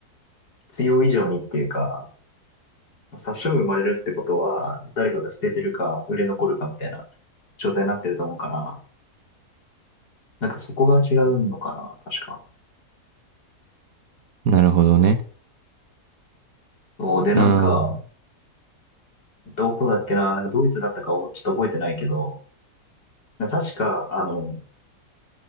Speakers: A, on the left; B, on the right.
A: 必要以上にっていうか、殺処分生まれるってことは、誰かが捨ててるか、売れ残るかみたいな状態になってると思うから、なんかそこが違うのかな、確か。
B: あー、なるほどね。
A: そうで、
B: うん。
A: なんか、どこだっけな、なんかドイツだったかをちょっと覚えてないけど、確か、あの、